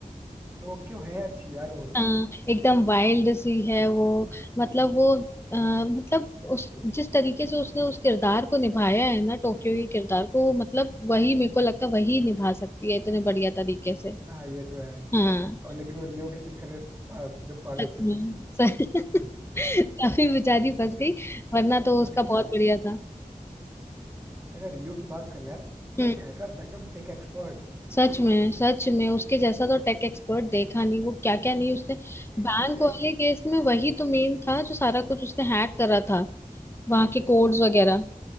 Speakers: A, on the right; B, on the left.
A: टोक्यो है अच्छी यार वो
B: अ, एकदम वाइल्ड सी है वो मतलब वो अ, मतलब उस जिस तरीके से उसने उस किरदार को निभाया है ना टोक्यो के किरदार को मतलब वही मेरे को लगता है वही निभा सकती है इतने बढ़िया तरीके से
A: हाँ ये तो है
B: हाँ
A: और लेकिन वो रियो के चक्कर में पा- एकदम पागल
B: सच
A: सी हो
B: में
A: गई थी
B: सच- <laughs> तभी बेचारी फंस गई वरना तो उसका
A: लेकिन
B: बहुत
A: यार
B: बढ़िया था
A: अगर रियो की बात करें यार वो
B: हम्म
A: एक हैकर था एकदम टेक एक्सपर्ट
B: सच में सच में उसके जैसा तो टेक एक्सपर्ट देखा नहीं वो क्या क्या नहीं उसने
A: एग्जैक्टली
B: बैंक वाले केस में वही तो मेन था जो सारा कुछ उसने हैक करा था वहां के कोड्स वगैरह